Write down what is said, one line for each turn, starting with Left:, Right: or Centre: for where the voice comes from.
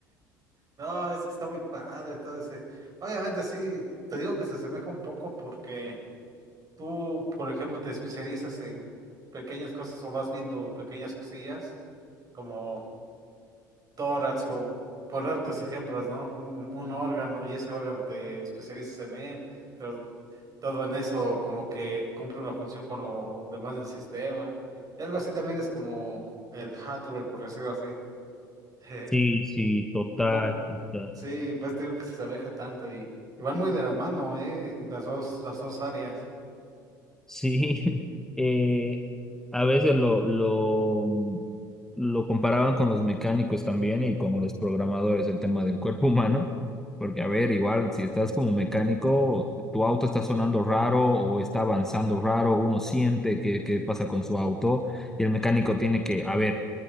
Right: No, es que está muy padre todo ese. Obviamente sí, te digo que se asemeja un poco porque tú, por ejemplo, te especializas en pequeñas cosas o vas viendo pequeñas cosillas como tórax o por darte ejemplos, ¿no? Un, un órgano y ese órgano te especializas en él, pero todo en eso como que cumple una función con lo demás del sistema. Y algo así también es como el hardware, por decirlo así. <laughs>
Centre: Sí, sí, total.
Right: Un poco,
Centre: total.
Right: sí, pues te digo que se asemeja tanto y, y van muy de la mano, eh, las dos, las dos áreas.
Centre: Sí, <laughs> eh, a veces lo, lo, mm, lo comparaban con los mecánicos también y con los programadores, el tema del cuerpo <laughs> humano, porque a ver, igual si estás como mecánico, tu auto está sonando raro o está avanzando raro, uno siente que, que pasa con su auto y el mecánico tiene que, a ver,